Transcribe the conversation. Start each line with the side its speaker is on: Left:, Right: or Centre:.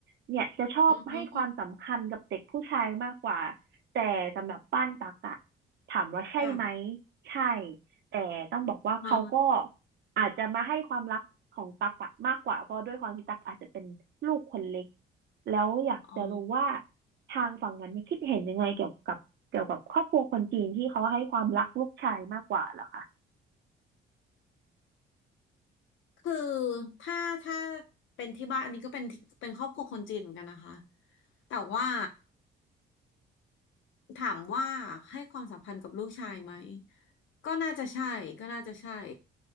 Right: เนี่ยจะชอบให้ความสำคัญกับเด็กผู้ชายมากกว่า
Left: อือหือ
Right: แต่สำหรับบ้านตั๊กอะถามว่าใช่ไหม
Left: ค่ะ
Right: ใช่ แต่ต้องบอกว่าเขาก็
Left: อ๋อ
Right: อาจจะมาให้ความรักของตั๊กอะมากกว่าเพราะด้วยความที่ตั๊กอาจจะเป็นลูกคนเล็กแล้วอยากจะรู้ว่า
Left: อ๋อ
Right: ทางฝั่งนั้นเนี่ยคิดเห็นยังไงเกี่ยวกับเกี่ยวกับครอบครัวคนจีนที่เขาให้ความรักลูกชายมากกว่าเหรอคะ
Left: คือ ถ้า ถ้า เป็นที่บ้านอันนี้ก็เป็นที่เป็นครอบครัวคนจีนเหมือนกันนะคะ แต่ว่า ถามว่าให้ความสัมพันธ์กับลูกชายไหมก็น่าจะใช่ก็น่าจะใช่